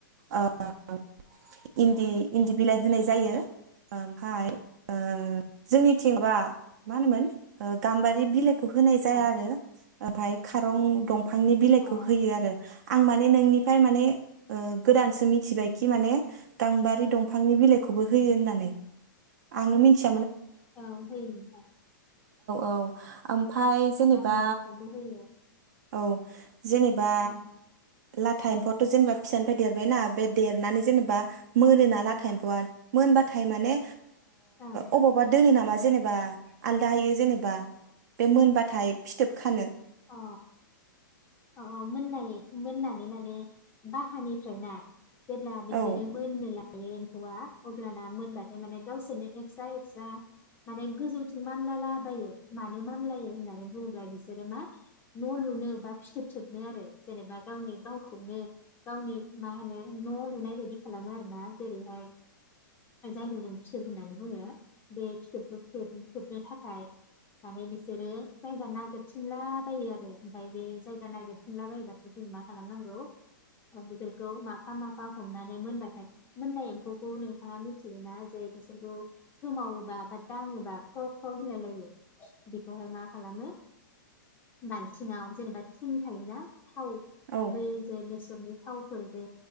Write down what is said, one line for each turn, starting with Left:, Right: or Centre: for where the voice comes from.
Right: ओ इन्दि इन्दि बिलाइ होनाय जायो ओमफाय ओ जोंनिथिंबा मा होनोमोन ओ गाम्बारि बिलाइ बेखौ होनाय जाया
Left: अ
Right: आरो ओमफाय खारं दंफां फांनि बिलाइखौ
Left: औ
Right: होयो आरो आं माने नोंनिफ्राय माने ओ गोदानसो मिथिबायखि माने गांबारि दंफांनि बिलाइ खौबो होयो होननानै आंओ मि औ
Left: औ होयो नोंथां
Right: औ ओमफाय जेनेबा
Left: गाम्बारिखौबो होयो
Right: औ जेनेबा
Left: ओं
Right: लाथा एम्फौथ' जेनेबा फिसानिफ्राय देरबायना बे देरनानै जेनेबा मोनोना लाथा
Left: ओं
Right: एम्फौआ आ मोनबाथाय माने
Left: ओं
Right: ओ दोनो नामा जेनेबा आलादा हयो जेनेबा बे मोनबाथाय फिथोब खानो
Left: अ अ मोननाय मोननानै माने बाहानिफ्राय ना जेब्ला बिसोरो
Right: औ
Left: मोननो लायो एम्फौआ अब्लाना मोनबाथाय माने गावसोरनो एक्सट्रा एक्सट्रा माने गोजौथिं मानलालाबायो मानो मानलायो होननानै बुङोब्ला बिसोरो मा न' लुनो बा फिथोब थोबनो आरो जेनेबा गावनि गावखौनो गावनि मा होनो न' लुनाय बायदि खालामो आरो ना जेरैहाय जायगाजों फिथोब होननानै बुङो बे फिथोबखौ थोबनो थाखाय माने बिसोरो जायगा नागिरथिंला बायो आरो ओमफ्राय बे जायगा नागिरथिंला बायोबाथाय जों मा खालामनांगौ बिसोरखौ माफा माफा हमनानै मोनबाथाय मोननाय एम्फौखौ नोंथाङा मिथियोना जे बिसोरखौ सोमावोबा बा दाङोबा ख्र ख्र होनलाय लायो बेखौहाय मा खालामो बालथिंआव जेनेबा थिं थायोना थाव
Right: औ
Left: बे जसन थावफोर जे